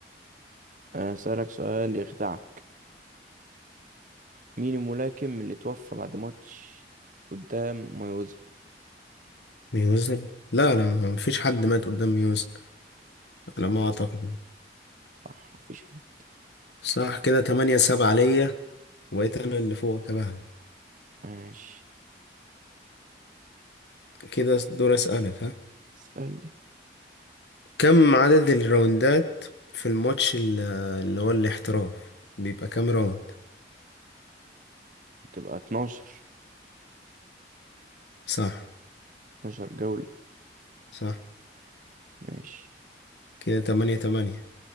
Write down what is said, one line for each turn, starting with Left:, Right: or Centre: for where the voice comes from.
Right: آه، أسألك سؤال يخدعك مين الملاكم اللي توفى بعد ماتش قدام مايوزر
Left: ميوزن لا لا ما فيش حد مات قدام ميوزن
Right: صح
Left: على ما اعتقد
Right: صح مفيش حد
Left: صح كده تمانية سبعة ليا وبقيت انا اللي فوقك بقى
Right: ماشي
Left: كده دور اسألك ها
Right: اسألني
Left: كم عدد الراوندات في الماتش ال- اللي هو الاحتراف بيبقى كام راوند
Right: تبقى 12
Left: صح
Right: 12 جولة
Left: صح
Right: ماشي
Left: كده تمانية تمانية